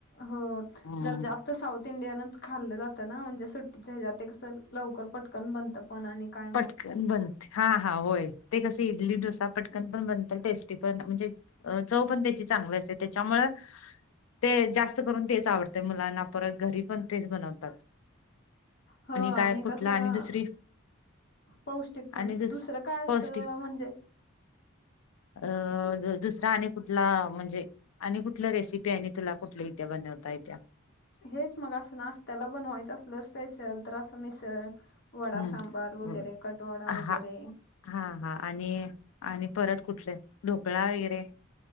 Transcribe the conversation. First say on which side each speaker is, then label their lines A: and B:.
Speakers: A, on the left; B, on the left.
A: हो
B: हम्म
A: जर जास्त आ साऊथ इंडियनच खाल्लं जातं ना म्हणजे सुट्टीच्या हजात कसं लवकर पटकन बनतं पण आणि काय मग
B: पटक बन हा हा होय ते कस इडली डोसा पटकन पण बनतात टेस्टी पण म्हणजे अ चव पण त्याची चांगली असते त्याच्यामुं ते जास्त करून तेच आवडते मुलांना परत घरी पण तेच बनवतात
A: हो
B: काय
A: आणि
B: कुठला
A: कसं
B: दुसरी
A: पौष्टिक पण
B: आणि दुस
A: दुसरं काय असं
B: पौष्टिक
A: म्हणजे
B: अ दुसरा आणि कुठला म्हणजे आणि कुठलं रेसिपी आहे आणि तुला कुठली इथ्या बनवता येत्या
A: हेच मग असं नाश्त्याला बनवायचं असलं स्पेशल तर असं मिसळ वडा
B: हम्म
A: सांबार वगैरे कटवाडा
B: हा
A: वगैरे
B: हा हा आणि आणि परत कुठले ढोकळा वगैरे